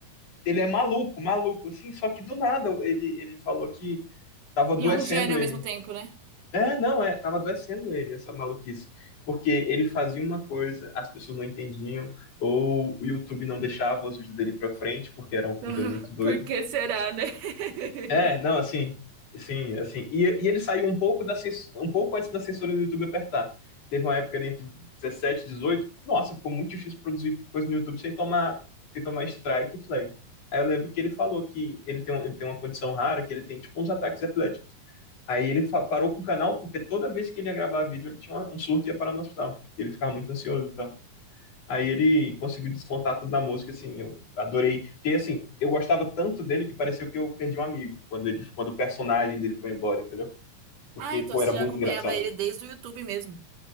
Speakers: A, on the left; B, on the right.
A: ele é maluco, maluco, assim, só que do nada ele, ele falou que tava adoecendo
B: E é um gênio
A: ele.
B: ao mesmo tempo, né?
A: É, não, é, tava adoecendo ele, essa maluquice. Porque ele fazia uma coisa, as pessoas não entendiam, ou o YouTube não deixava os vídeos dele pra frente, porque era um conteúdo
B: Ah,
A: muito doido.
B: Por que será, né? <laughs>
A: É, não, assim, sim, assim. E, e ele saiu um pouco da cens- um pouco antes da censura do YouTube apertar. Teve uma época ali entre 17, e 18 que, nossa, ficou muito difícil produzir coisa no YouTube sem tomar, sem tomar strike e flag. Aí eu lembro que ele falou que ele tem, um- ele tem uma condição rara, que ele tem tipo uns ataques epiléticos. Aí ele fa- parou com o canal porque toda vez que ele ia gravar vídeo, ele tinha uma- um surto e ia parar no hospital. Ele ficava muito ansioso então. Aí ele conseguiu descontar tudo na música, assim, eu adorei. Porque, assim, eu gostava tanto dele que pareceu que eu perdi um amigo quando ele, quando o personagem dele foi embora, entendeu? Porque,
B: Ah, então
A: pô,
B: você
A: era
B: já
A: muito
B: acompanhava
A: engraçado.
B: ele desde o YouTube mesmo.